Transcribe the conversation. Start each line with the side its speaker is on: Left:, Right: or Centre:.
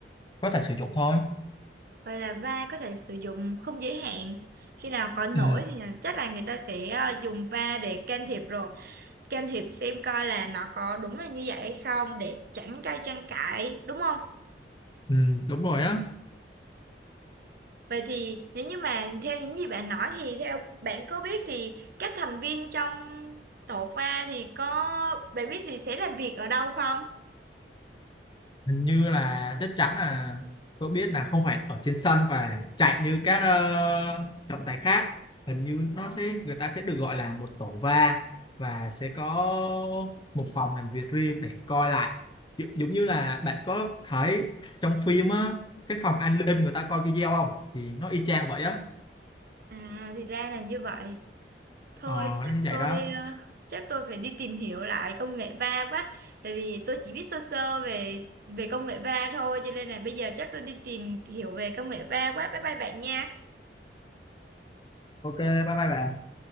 Left: có thể sử dụng thôi
Right: Vậy là va có thể sử dụng không giới hạn khi nào có lỗi
Left: Ừ,
Right: thì là- chắc là người ta sẽ ờ, dùng va để can thiệp rồi can thiệp xem coi là nó có đúng là như vậy hay không để tránh gây tranh cãi đúng không?
Left: ừ, đúng rồi á
Right: Vậy thì nếu như mà theo những gì bạn nói thì theo bạn có biết thì các thành viên trong tổ pha thì có bạn biết thì sẽ làm việc ở đâu không?
Left: hình như là chắc chắn là tôi biết là không phải ở trên sân và chạy như các ờ, trọng tài khác hình như nó sẽ người ta sẽ được gọi là một tổ va và sẽ có một phòng làm việc riêng để coi lại giống giống như là bạn có thấy trong phim á cái phòng an ninh người ta coi video không thì nó y chang vậy á
Right: À thì ra là như vậy. Thôi
Left: ờ
Right: chắc
Left: nó như vậy
Right: tôi
Left: đó
Right: ờ, chắc tôi phải đi tìm hiểu lại công nghệ va quá tại vì tôi chỉ biết sơ sơ về về công nghệ va thôi cho nên là bây giờ chắc tôi đi tìm hiểu về công nghệ va quá. Bye bye bạn nha.
Left: ok bye bye bạn